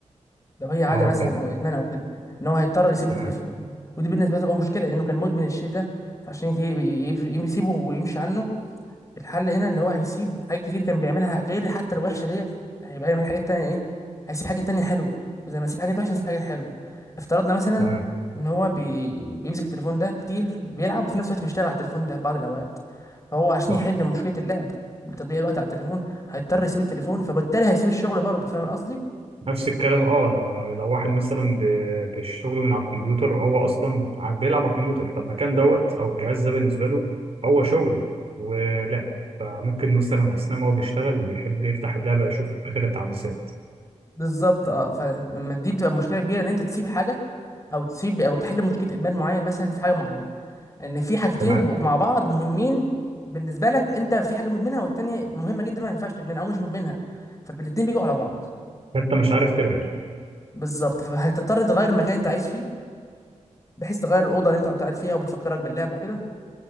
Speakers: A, on the left (about 25°); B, on the right (about 50°).
A: لو هي عاده
B: اه
A: مثلا
B: فهمت
A: او ادمان او كده ان هو هيضطر يسيب
B: تمام
A: التليفون ودي بالنسبه له تبقى مشكله لانه كان مدمن الشيء ده فعشان يت- يب- يسيبه ويمشي عنه الحل هنا اللي هو هيسيب حاجات كتير كان بيعملها غير حتى الوحشه ديت هيبقى يعمل حاجات تانية ايه هيسيب حاجات تانية حلوه زي ما يسيب حاجات وحشه هيسيب حاجات حلوه افترضنا مثلا
B: تمام
A: ان هو بي... بيمسك التليفون ده كتير بيلعب وفي نفس الوقت بيشتغل على التليفون ده في بعض الاوقات فهو عشان
B: صح
A: يحل مشكله اللعب وتضييع الوقت على التليفون هيضطر يسيب التليفون فبالتالي هيسيب الشغل برضه فاهم قصدي
B: نفس الكلام اه لو لو واحد مثلا ب- بشغله من على الكمبيوتر وهو اصلا ع- بيلعب على الكمبيوتر فالمكان دوت او الجهاز ده بالنسبه له هو شغل ولعب فممكن مثلا اثناء ما هو بيشتغل يحب يفتح اللعبه يشوف اخر التحديثات
A: بالظبط اه فدي بتبقى مشكله كبيره ان انت تسيب حاجه او تسيب او تحل مشكله ادمان معين مثلا في حاجه معينه ان في حاجتين
B: تمام
A: بيبقوا مع بعض مهمين بالنسبه لك انت في حاجه مدمنها والتانيه مهمه جدا ما ينفعش تدمنها او مش مدمنها فالاتنين بيجوا على بعض
B: انت مش عارف تبعد
A: بالظبط فهتضطر انت تغير المكان اللي انت عايش فيه بحيث تغير الاوضه اللي انت قاعد فيها وبتفكرك باللعب وكده